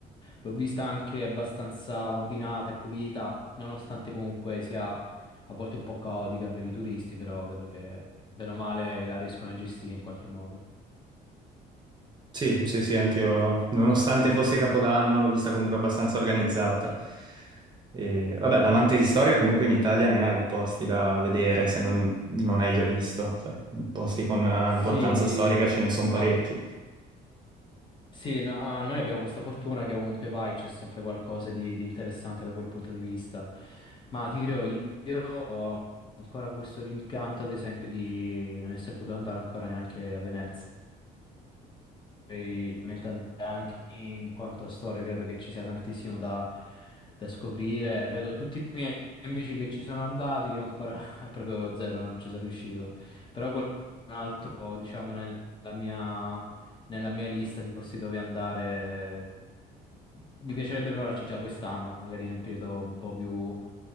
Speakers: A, on the left; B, on the right.
A: l'ho vista anche abbastanza ordinata e pulita, nonostante comunque sia a volte un po' caotica per i turisti, però vedo che bene o male la riescono a gestire in qualche modo.
B: Sì, sì, sì, anch'io, nonostante fosse Capodanno, l'ho vista comunque abbastanza organizzata.
A: Mm.
B: E, vabbè, da amante di storia, comunque in Italia ne hai di posti da vedere, se non, non hai già visto. Cioè, posti con eh,
A: Sì,
B: importanza storica ce ne sono parecchi.
A: no, Sì, no- ah, noi abbiamo questa fortuna che ovunque vai c'è sempre qualcosa di, di interessante da quel punto di vista. Ma ti dirò, io, io ho ancora questo rimpianto, ad esempio, di non essere potuto andare ancora neanche a Venezia. Poi, mentre anche in quanto a storia credo che ci sia tantissimo da, da scoprire. Vedo tutti i miei amici che ci sono andati, io ancora <laughs> proprio zero, non ci sono riuscito. Però quel- un altro, diciamo, nella mia, nella mia lista di posti dove andare, mi piacerebbe provarci già quest'anno, magari nel periodo un po' più